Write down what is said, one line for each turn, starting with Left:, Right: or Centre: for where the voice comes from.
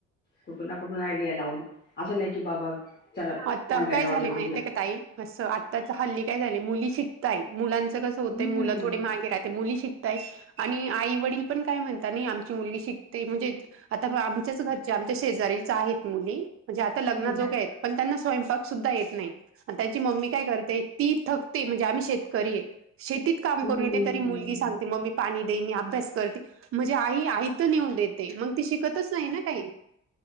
Left: कुठून ना कुठून आयडिया लावून. असं नाही की, बाबा. चला
Right: आता
Left: ऑनलाईन
Right: काय
Left: ऑर्डर
Right: झाले माहिती
Left: दिली
Right: का ताई असं आत्ताचा हल्ली काय झाले मुली शिकताय मुलांचा. कसं होत
Left: हम्म
Right: मुलं थोडे मागे राहते मुली शिक''--'' ताय आणि आई वडील पण काय म्हणतात नाही आमची मुलगी शिकते म्हणजे. आता पहा आमच्याच घरचे आमच्या शेजारीच आहेत मुली म्हणजे आता लग्न
Left: हम्म
Right: जो काय आहेत. पण त्यांना स्वयंपाक सुद्धा येत नाही. त्यांची मम्मी काय करते ती थकते म्हणजे आम्ही शेतकरी आहे. शेतीत काम
Left: हम्म
Right: करून येते तरी मुलगी सांगते मम्मी. पाणी देई मी अभ्यास करते म्हणजे आई आयत नेऊन देत. ते मग ती शिकतच नाही ना काही